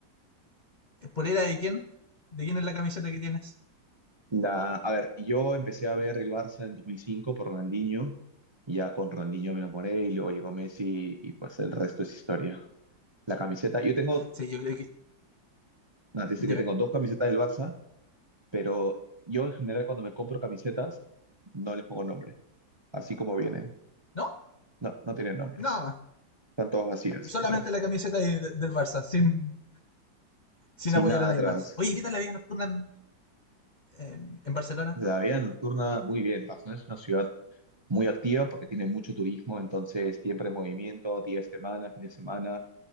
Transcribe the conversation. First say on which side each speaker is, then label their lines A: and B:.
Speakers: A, on the left; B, on the right.
A: ¿Polera de quién? ¿De quién es la camiseta que tienes?
B: La, a ver, yo empecé a ver el Barça en 2005 por Ronaldinho, y ya con Ronaldinho me enamoré y luego llegó Messi y pues el resto es historia. La camiseta, yo tengo,
A: Sí, yo creo que...
B: no, te dice
A: Dime.
B: que tengo dos camisetas del Barça, pero yo en general cuando me compro camisetas no les pongo nombre, así como vienen.
A: ¿No?
B: No, no tienen nombre.
A: Nada más.
B: Están todas vacías
A: Solamente
B: atrás,
A: la camiseta de- de- del Barça, sin, sin
B: sin
A: apoyar
B: nada
A: a nadie
B: atrás.
A: más. Oye, ¿qué tal la vida nocturna en, en- en Barcelona?
B: La vida nocturna, muy bien. Barcelona es una ciudad muy activa porque tiene mucho turismo, entonces siempre en movimiento, día de semana, fin de semana,